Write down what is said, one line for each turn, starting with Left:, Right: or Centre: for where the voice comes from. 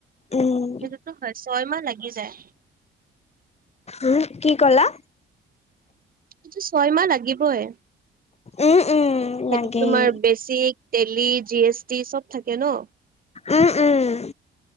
Left: উম,
Right: সটোতো হয় ছয়মাহ লাগি যায়।
Left: উম কি ক'লা?
Right: ততটো ছয় মাহ লাগিবই।
Left: উম, উম।
Right: সেইটোত
Left: লাগেই
Right: তোমাৰ basic Tally G S T চব থাকে ন।
Left: উম, উম।